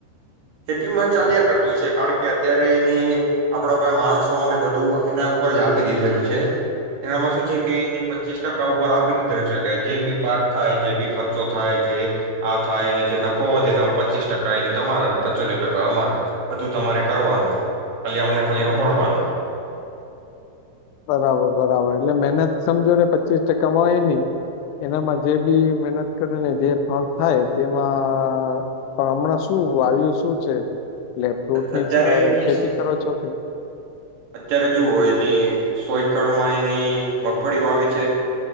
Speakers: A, on the right; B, on the left.
A: ખેતીમાં ચાલ્યા કરતું છે. કારણ કે અત્યારે એની આપડા માણસોને બધું એના ઉપર જ આપી દીધેલું છે. એનામાં શું છે કે એની પચીસ ટકા ઉપર આપી દીધેલું છે કે જે બી પાક થાય, જે બી ખર્ચો થાય, જે આ થાય એને જે નફો વધે એના પચીસ ટકા એની તમારા પંચોતેર ટકા અમારા બધું તમારે કરવાનું ખાલી અમને ખાલી હમ્ભાળવાનું
B: બરાબર બરાબર એટલે મહેનત સમજો ને પચીસ ટકામાંય નની એનામાં જે બી મહેનત કરે ને જે ફળ થાય તેમાં પણ હમણાં શું વાયુ શું છે? એટલે ફ્રૂટની
A: અત્યારે
B: સ
A: એની,
B: ખેતી કરો છો કે
A: અત્યારે જુઓ એની સો એકડમાં એની મગફળી વાવી છે